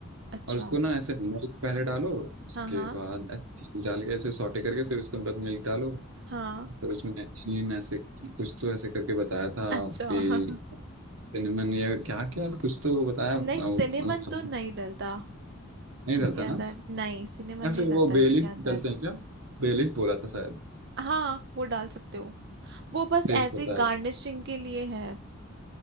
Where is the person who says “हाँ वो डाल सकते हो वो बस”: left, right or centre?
Right